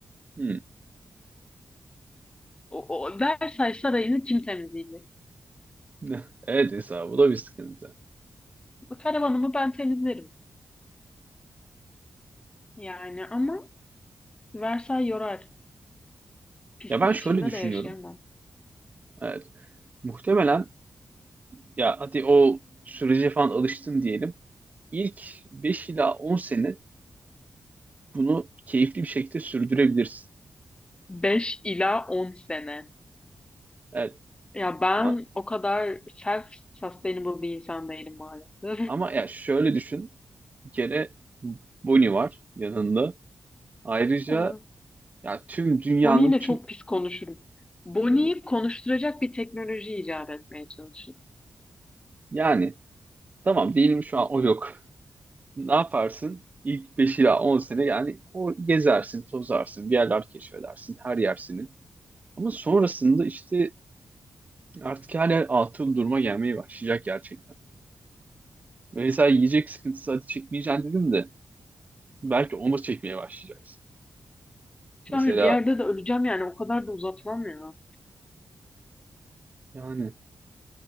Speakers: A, on the right; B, on the left.
A: Hmm.
B: O, o Versailles Sarayı'nı kim temizleyecek?
A: <laughs> Evet Esra, bu da bir sıkıntı.
B: Bu karavanımı ben temizlerim. Yani ama Versailles yorar. Pislik
A: Ya ben şöyle
B: içinde
A: düşünüyorum.
B: de yaşayamam.
A: Evet. Muhtemelen ya hadi o sürece falan alıştın diyelim. İlk 5 ila 10 sene bunu keyifli bir şekilde sürdürebilirsin.
B: Beş ila 10 sene.
A: Evet.
B: Ya ben
A: Ama,
B: o kadar self-sustainable bir insan değilim maalesef.
A: ama
B: <laughs>
A: ya şöyle düşün. Bir kere Bonnie var yanında. Ayrıca
B: Evet.
A: ya tüm dünyanın
B: Bonnie ile
A: tüm
B: çok pis konuşurum. Bonnie'yi
A: evet.
B: konuşturacak bir teknoloji icat etmeye çalışırım.
A: yani tamam diyelim şu an o yok. Ne yaparsın? İlk 5 ila 10 sene yani o gezersin, tozarsın, bir yerler keşfedersin, her yer senin. Ama sonrasında işte artık her yer atıl duruma gelmeye başlayacak gerçekten. Mesela yiyecek sıkıntısı hadi çekmeyeceksin dedim de belki onu da çekmeye başlayacaksın.
B: Şu
A: Mesela
B: an bir yerde de öleceğim yani o kadar da uzatmam ya.
A: yani